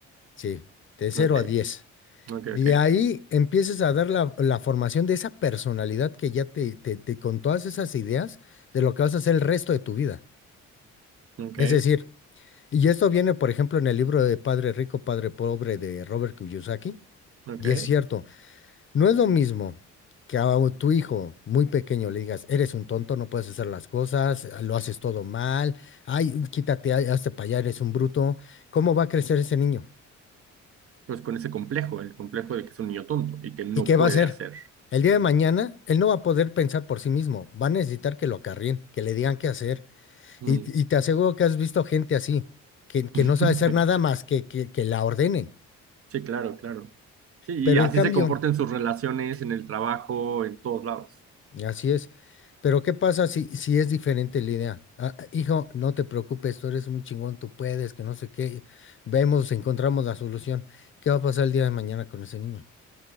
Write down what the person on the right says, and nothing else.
Ok,
ok,
ok,
ok,
ok.
Pues con ese complejo, el complejo de que es un niño tonto y que no
puede
hacer.
Mm.
<laughs>
Sí, claro, claro. Sí, y
así
se comporta en sus relaciones, en el trabajo, en todos lados.